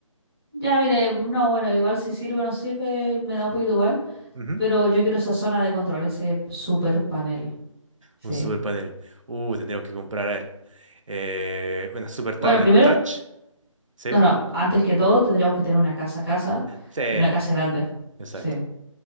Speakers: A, in the centre; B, on the right (about 70°).
A: ya, mire, no, bueno, igual si sirve o no sirve, me da un poquito igual,
B: Ujú.
A: pero yo quiero esa zona de control, ese super panel, sí.
B: Un super panel. Uh, tendríamos que comprar, a ver, eh, una super tablet
A: Bueno, primero,
B: touch. ¿Sí?
A: no, no, antes que todo tendríamos que tener una casa a casa
B: Sí,
A: y una casa grande,
B: exacto.
A: sí,